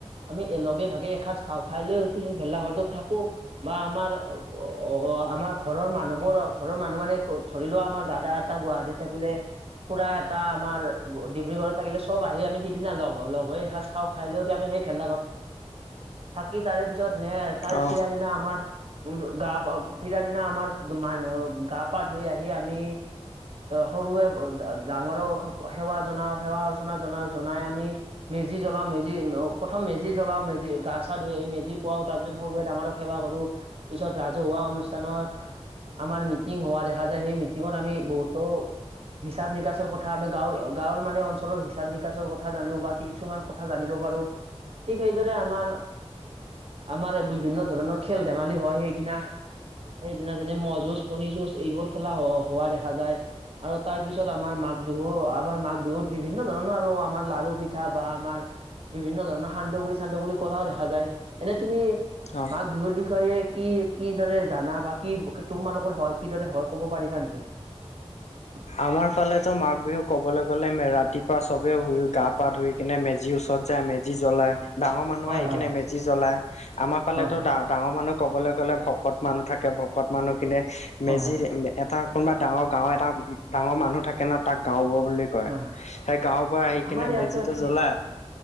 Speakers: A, on the right; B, on the left.
A: আমি লগে ভাগে এসাঁজ খাওঁ খাই লৈ উঠি সেই ভেল্লা ঘৰটোত থাকোঁ। বা আমাৰ অ' আমাৰ ঘৰৰ মানুহবোৰ ঘৰৰ মানুহ মানে ধৰি লোৱা আমাৰ দাদা এটা গুৱাহাটী থাকিলে। খুৰা এটা আমাৰ ডিব্ৰুগড়ত থাকিলে চব আহি আমি সিদিনা লগ হওঁ। লগ হৈ এসাঁজ খাওঁ, খাই লৈ আমি সেই ঠান্দা ঘত, থাকি তাৰে পিছত নে তাৰ
B: অ
A: ফিৰা দিনা আমাৰ <unintelligible> গা পা ফিৰা দিনা আমাৰ মান গা পা ধুই আহি আমি সৰুৱে ডা ডাঙৰক সেৱা জনাও, সেৱা অৰ্চনা জনাও জনাই আমি মি মেজি জ্বলাও মেজি, অ', প্ৰথম মেজি জ্বলাও মে গা চা ধুুই আহি মেজি পুৱাও, তাৰ পিছত সৰুৱে ডাঙৰক সেৱা কৰোঁ, পিছত ৰাজহুৱা অনুষ্ঠানত আমাৰ মিটিং হোৱা দেখা যায়, সেই মিটিঙত আমি বহুতো হিচাপ নিকাচৰ কথা আমি গাঁৱৰ গাঁৱৰ মানে অঞ্চলৰ হিচাপ নিকাচৰ কথা জানো বা কিছুমান কথা জানিব পাৰো। ঠিক সেইদৰে আমাৰ আমাৰ বিভিন্ন ধৰণৰ খেল ধেমালি হয় সেইদিনা। সেইদিনা যেনে, ম' যুঁজ, কণী যুঁজ এইবোৰ খেলা হ হোৱা দেখা যায় আৰু তাৰ পিছত আমাৰ মা বিহু আমাৰ মাঘ বিহুত বিভিন্ন ধৰণৰ আৰু আমাৰ লাৰু, পিঠা বা আমাৰ বিভিন্ন ধৰণৰ সান দগুড়ি-চান্দগুড়ি কৰাও দেখা যায়, এনে তুমি
B: অ
A: মাঘ বিহুৰ বিষয়ে কি কিদৰে জানা, বা কি তোমালোকৰ হয়, কিদৰে হয়, ক'ব পাৰিবা নেকি? <inaudible>
B: আমাৰ ফালেতো মাঘ বিহু ক'বলৈ গ'লে মে ৰাতিপুৱা চবে শুই গা পা ধুই কিনে মেজিৰ ওচৰত যায় মেজ জি জ্বলায়, ডাঙৰ মানুহে
A: হয়
B: আহি
A: হয়
B: কিনে মেজি জ্বলায়। আমাৰ ফালেতো
A: হয় হয়
B: ডা ডাঙৰ মানুহ ক'বলৈ গ'লে ভকত মানুহ থাকে, ভকত মানুহখিনিয়ে
A: হয়
B: মেজিৰ
A: হয়
B: এটা কোনোবা ডাঙৰ গাওঁ এটা ডাঙৰ মানুহ থাকে ন তাক গাওঁবুঢ়া বুলি কয়।
A: হয় হয়
B: সেই গাওঁবুঢ়া আহি
A: আমাৰ
B: কিনে
A: ইয়াতো
B: মেজিটো
A: একে
B: জ্বলায়।